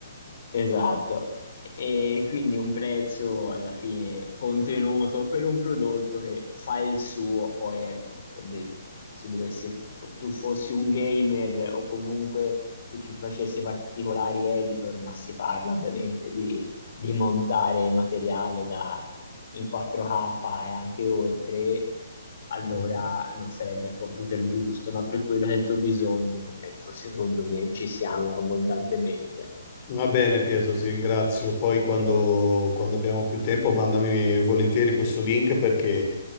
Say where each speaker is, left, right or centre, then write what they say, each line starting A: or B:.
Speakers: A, on the left (about 45°); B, on the left (about 25°).
A: Esatto, e quindi un prezzo alla fine contenuto per un prodotto che fa il suo, poi ecco, ho detto, se dovessi, fo- tu fossi un gamer o comunque tu ci facessi particolari editor, ma si parla ovviamente di, di montare materiale da, in 4K e anche oltre, allora
B: Mhm.
A: non sarebbe il computer giusto, ma per quello che è il tuo bisogno, ecco, secondo me ci siamo abbondantemente.
B: Va bene Pietro, ti ringrazio. Poi quando, quando abbiamo più tempo mandami volentieri questo link perché